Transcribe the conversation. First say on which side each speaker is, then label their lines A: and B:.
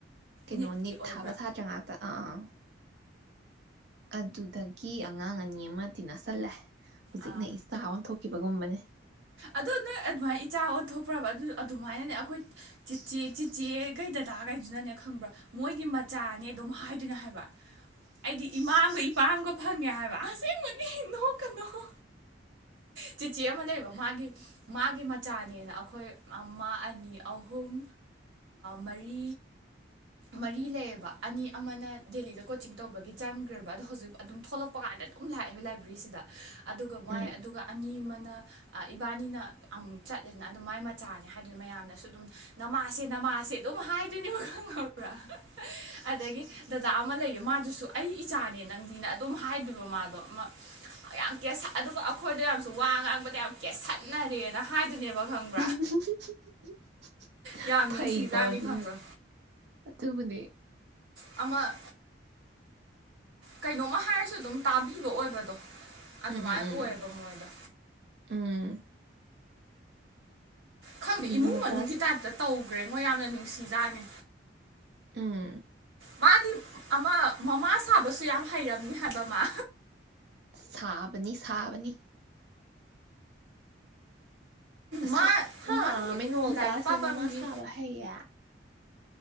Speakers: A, on the right (about 60°); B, on the right (about 85°).
A: ꯀꯩꯅꯣ
B: ꯅꯤꯠꯀꯤ
A: ꯅꯤꯠ
B: ꯑꯣꯏꯕ꯭ꯔꯥ
A: ꯊꯥꯕ ꯁꯥꯇ꯭ꯔ ꯉꯥꯛꯇ ꯑꯥ ꯑꯥ ꯑꯗꯨꯗꯒꯤ ꯑꯉꯥꯡ ꯑꯅꯤ ꯑꯃꯗꯤ ꯅꯁꯜꯂꯦ ꯍꯧꯖꯤꯛꯅ
B: ꯑꯥ
A: ꯏꯁꯇꯥ ꯑꯣꯟꯊꯣꯛꯈꯤꯕꯒꯨꯝꯕꯅꯦ
B: ꯑꯗꯣ ꯅꯣꯏ ꯑꯗꯨꯃꯥꯏꯅ ꯏꯆꯥ ꯑꯣꯟꯊꯣꯛꯄ꯭ꯔꯕ ꯑꯗꯨꯃꯥꯏꯅꯅꯦ ꯑꯩꯈꯣꯏ ꯆꯤꯦ ꯆꯤꯆꯦ ꯀꯀꯩ ꯗꯗꯥꯈꯩꯗꯨꯅꯅꯦ ꯈꯪꯕ꯭ꯔꯥ ꯃꯣꯏꯒꯤ ꯃꯆꯥꯅꯦ ꯑꯗꯨꯝ ꯍꯥꯏꯗꯣꯏꯅꯦ ꯍꯥꯏꯕ ꯑꯩꯗꯤ ꯏꯃꯥ ꯑꯃꯒ ꯏꯄꯥꯝꯒ ꯐꯪꯉꯦ ꯍꯥꯏꯕ ꯦ ꯏ ꯅꯣꯛꯀꯅꯣ ꯆꯤꯆꯦ ꯑꯃꯥ ꯂꯩꯕ ꯃꯥꯒꯤ ꯃꯆꯥꯅꯦꯅ ꯑꯩꯈꯣꯏ ꯑꯃ ꯑꯅꯤ ꯑꯍꯨꯝ ꯃꯔꯤ ꯃꯔꯤ ꯂꯩꯌꯦꯕ ꯑꯅꯤ ꯑꯃꯅ ꯗꯦꯜꯂꯤꯗ ꯀꯣꯆꯤꯡ ꯇꯧꯕꯒꯤ ꯆꯪꯈ꯭ꯔꯕ ꯑꯗꯣ ꯍꯧꯖꯤꯛ ꯑꯗꯨꯝ ꯊꯣꯛꯂꯛꯄ ꯀꯥꯟꯗ ꯑꯗꯨꯝ ꯂꯥꯛꯑꯦꯕ ꯂꯥꯏꯕ꯭ꯔꯦꯔꯤꯁꯤꯗ ꯑꯗꯨꯒ ꯃꯥꯏ
A: ꯎꯝ
B: ꯑꯗꯨꯒ ꯑꯅꯤ ꯑꯃꯅ ꯏꯕꯥꯅꯤꯅ ꯑꯃꯨꯛ ꯆꯠꯂꯦꯅ ꯑꯗꯨꯝ ꯃꯥꯏ ꯃꯆꯥꯅꯦ ꯍꯥꯏꯗꯨꯅ ꯃꯌꯥꯝꯅꯁꯨ ꯑꯗꯨꯝ ꯅꯥꯃꯥꯁꯦ ꯅꯥꯃꯥꯁꯦ ꯑꯗꯨꯝ ꯍꯥꯏꯗꯣꯏꯅꯦꯕ ꯈꯪꯉ ꯄꯨꯔꯥ ꯑꯗꯒꯤ ꯗꯗꯥ ꯑꯃ ꯂꯩꯌꯦ ꯃꯥꯗꯨꯁꯨ ꯑꯩ ꯏꯆꯥꯅꯦ ꯅꯪꯗꯤꯅ ꯑꯗꯨꯝ ꯍꯥꯏꯗꯕ ꯃꯥꯗꯣ ꯌꯥꯝ ꯀꯦꯁ ꯑꯗꯨꯒ ꯑꯩꯈꯣꯏꯗ ꯌꯥꯝꯁꯨ ꯋꯥ ꯉꯥꯡꯕꯗ ꯌꯥꯝ ꯀꯦꯁꯟꯅꯔꯦꯅ ꯍꯥꯏꯗꯨꯅꯦꯕ ꯈꯪꯕ
A: <unintelligible>
B: ꯌꯥꯝ
A: ꯐꯩꯀꯣ
B: ꯅꯨꯡꯁꯤꯖꯥꯠꯅꯤ
A: ꯑꯗꯨ
B: ꯈꯪꯕ꯭ꯔꯥ
A: ꯑꯗꯨꯕꯨꯗꯤ
B: ꯑꯃ ꯀꯩꯅꯣꯝꯃ ꯍꯥꯏꯔꯁꯨ ꯑꯗꯨꯝ ꯇꯥꯕꯤꯕ ꯑꯣꯏꯕꯗꯣ ꯑꯗꯨꯃꯥꯥꯏ
A: ꯎꯝ ꯎꯝ
B: ꯑꯣꯏꯌꯦꯕ
A: ꯎꯝ
B: ꯃꯣꯏꯗ
A: ꯎꯝ
B: ꯈꯪꯗꯦ
A: ꯃꯤꯅꯣꯜꯇꯥꯁꯨ
B: ꯏꯃꯨꯡ ꯃꯅꯨꯡꯒꯤ ꯇꯥꯏꯞꯇ ꯇꯧ ꯒ꯭ꯔꯦꯡꯉꯣ ꯌꯥꯝꯅ ꯅꯨꯡꯁꯤꯖꯥꯅꯤ
A: ꯎꯝ
B: ꯃꯥꯗꯤ ꯑꯃ ꯃꯃꯥ ꯁꯥꯕꯁꯨ ꯌꯥꯝ ꯍꯩꯔꯝꯅꯤ ꯍꯥꯏꯕ ꯃꯥ
A: ꯁꯥꯕꯅꯤ ꯁꯥꯕꯅꯤ ꯑꯁꯥ
B: ꯃꯥ
A: ꯍ
B: ꯃꯥꯒꯤ
A: ꯃꯤꯅꯣꯜꯇꯥꯁꯦ
B: ꯂꯥꯏꯔꯤꯛ ꯄꯥꯐꯝꯒꯤ
A: ꯃꯃꯥ ꯁꯥꯕ ꯍꯩꯌꯦ